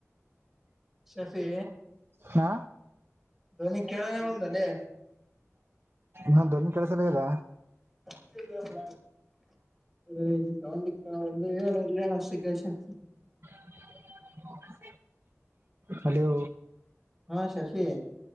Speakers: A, in the centre; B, on the right.
A: ಶಫಿ
B: ಹಾ
A: ಧ್ವನಿ ಕೇಳ ಒಲ್ಲದಲೇ
B: ನನ್ನ ನಿ ಕೆಳಸಲ್ಲ ಆಗೇದ
A: <unintelligible> ಹ ಇಲ್ಲಿ ಒಂದು ಏಳ ಅಷ್ಟ ಕೆಷನ್
B: <unintelligible> ಹಲೋ
A: ಹಾ ಶಶಿ